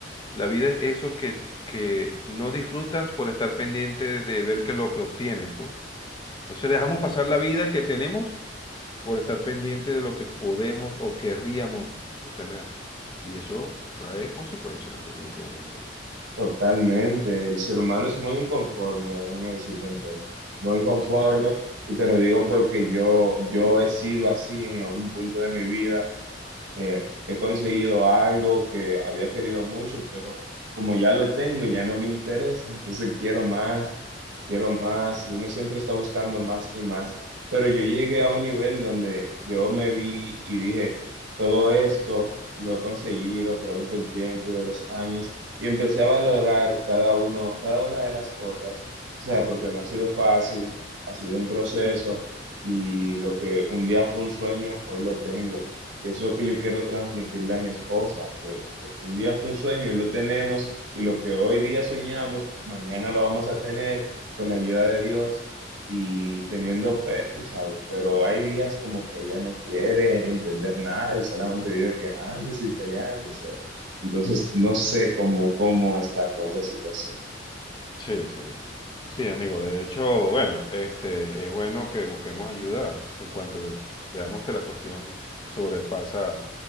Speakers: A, on the left; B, on the right.
A: la vida es eso que, que no disfrutas por estar pendiente de ver que lo que obtienes, ¿no? Entonces dejamos pasar la vida que tenemos por estar pendiente de lo que podemos o querríamos obtener. Y eso trae consecuencias, definitivamente.
B: Totalmente, el ser humano es muy inconforme, déjame decirte Antonio, muy inconforme
A: Sí.
B: y te lo digo porque yo, yo he sido así en algún punto de mi vida eh, he conseguido algo que había querido mucho, pero como ya lo tengo, ya no me interesa, entonces quiero más, quiero más, y uno siempre está buscando más y más, pero yo llegué a un nivel donde yo me vi y dije, todo esto lo he conseguido a través del tiempo y de los años, y empecé a valorar cada uno, cada una de las cosas, o sea, porque no ha sido fácil, ha sido un proceso, y lo que un día fue un sueño, hoy lo tengo. Y eso es lo que yo quiero transmitirle a mi esposa, que lo que un día fue un sueño y lo tenemos, y lo que hoy día soñamos, mañana lo vamos a tener con la ayuda de Dios y teniendo fe, tú sabes, pero hay días como que ella no quiere entender nada y solamente vive quejándose y peleándose. Entonces, no sé cómo, cómo estar con esa situación.
A: Sí, sí. Sí, amigo. De hecho, bueno, este, es bueno que busquemos ayudas en cuanto veamos que la cuestión sobrepasa